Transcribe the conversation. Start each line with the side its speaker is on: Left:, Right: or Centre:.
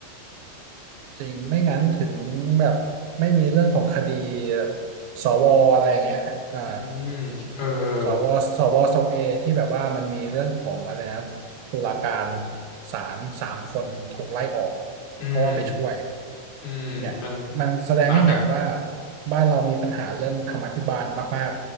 Right: จริงไม่งั้นถึงแบบไม่มีเรื่องของคดีแบบสวอะไรอย่างเงี้ยอ่า
Left: อืมเออเออ
Right: สวสวทรงเอที่แบบว่ามันมีเรื่องของอะไรนะตุลาการศาลสามคนถูกไล่ออก
Left: อืม
Right: เพราะว่าไปช่วย
Left: อืมมัน
Right: เนี่ยมันแสดงให้เห็นว่า
Left: หนักอะ
Right: บ้านเรามีปัญหาเรื่องธรรมาภิบาลมาก